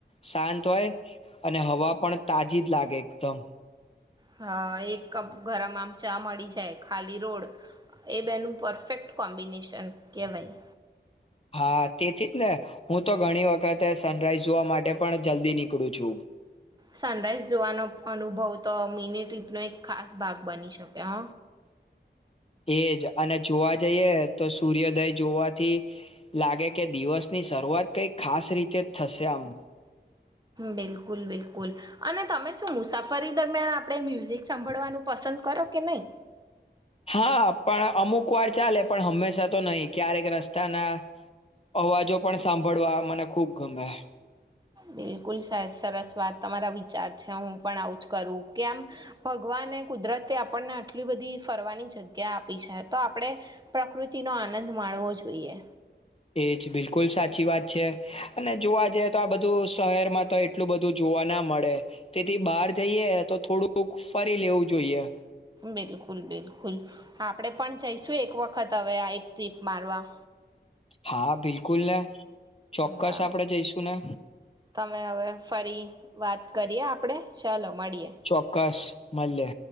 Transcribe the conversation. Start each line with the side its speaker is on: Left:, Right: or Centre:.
Left: શાંત હોય અને હવા પણ તાજી જ લાગે એકદમ
Right: હ એક કપ ગરમ આમ ચા મળી જાય ખાલી રોડ એ બેનું પરફેક્ટ કોમ્બિનેશન કહેવાય
Left: હા તેથી જ ને હું તો ઘણી વખતે સનરાઈઝ જોવા માટે પણ જલ્દી નીકળું છું
Right: સનરાઈઝ જોવાનો અનુભવ તો મિની ટ્રીપનો એક ખાસ ભાગ બની શકે હ
Left: એજ અને જોવા જઈએ તો સૂર્યોદય જોવાથી લાગે કે દિવસ ની શરૂઆત કઈ ખાસ રીતે થશે આમ
Right: બિલકુલ બિલકુલ અને તમે શું મુસાફરી દરમિયાન આપણે મ્યુઝિક સાંભળવાનું પસંદ કરો કે નહી
Left: હા પણ અમુક વાર ચાલે પણ હંમેશા તો નહી ક્યારેક રસ્તાના અવાજો પણ સાંભળવા મને ખુબ ગમે.
Right: બિલકુલ સા સરસ વાત તમારા વિચાર છે હું પણ આવું જ કરું કે આમ ભગવાને કુદરતે આપણને આટલી બધી ફરવાની જગ્યા આપી છે તો આપડે પ્રકૃતિનો આનંદ માણવો જોઈએ.
Left: એજ બિલકુલ સાચી વાત છે અને જોવા જઈએ તો આ બધું શહેરમાં તો એટલું બધું જોવા ના મળે તેથી બહાર જઈએ તો થોડુંક ફરી લેવું જોઈએ.
Right: બિલકુલ બિલકુલ આપડે પણ જઈશું એક વખત હવે આ એક ટ્રીપ મારવા
Left: હા બિલકુલ ને ચોક્કસ
Right: હા
Left: આપડે જઈશું ને.
Right: તમે હવે ફરી વાત કરીએ આપડે ચાલો. મળીએ
Left: ચોક્કસ. મલે.